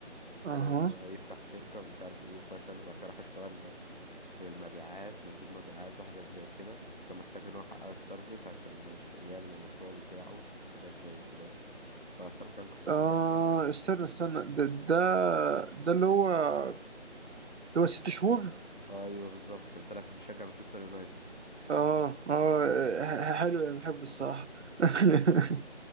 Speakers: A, on the left (about 45°); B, on the right (about 75°).
A: وقرر
B: اها
A: ان هو يفتح شركة ومش عارف ايه وفشل وبعد كده راح اشتغل في المبيعات مندوب مبيعات وحاجات زي كده كان محتاج ان هو يحقق التارجت عشان يشت- يعمل المشروع بتاعه وحاجات زي كده فبصراحة كان قصته
B: اه
A: حلوة
B: استنى استنى ده ده ده اللي هو اللي هو ست شهور
A: ايوه بالظبط كان طالع فيه بيشجع مانشستر يونايتد <laughs>
B: اه اه ح- حلو انا بحبه الصراحه <laughs>
A: اه